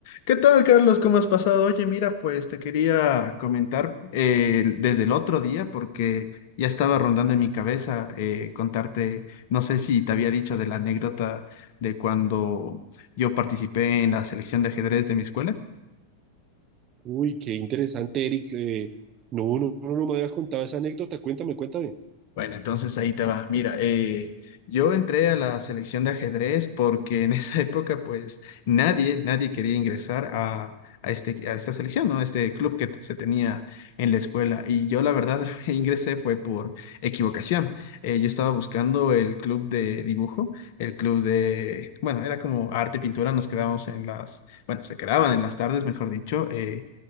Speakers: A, on the left; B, on the right.
A: ¿Qué tal, Carlos? ¿Cómo has pasado? Oye, mira, pues te quería comentar eh, desde el otro día porque ya estaba rondando en mi cabeza eh, contarte, no sé si te había dicho de la anécdota de cuando yo participé en la selección de ajedrez de mi escuela.
B: Uy, qué interesante, Eric. Eh, no, no, no, no me habías contado esa anécdota. Cuéntame, cuéntame.
A: Bueno, entonces ahí te va. Mira, eh, yo entré a la selección de ajedrez porque en <laughs> esa época, pues, nadie, nadie quería ingresar a, a este, a esta selección, ¿no? Este club que se tenía en la escuela. Y yo, la verdad, <laughs> fue- ingresé fue por equivocación. Eh, yo estaba buscando el club de dibujo, el club de, bueno, era como arte pintura, nos quedábamos en las, bueno, se quedaban en las tardes, mejor dicho, eh,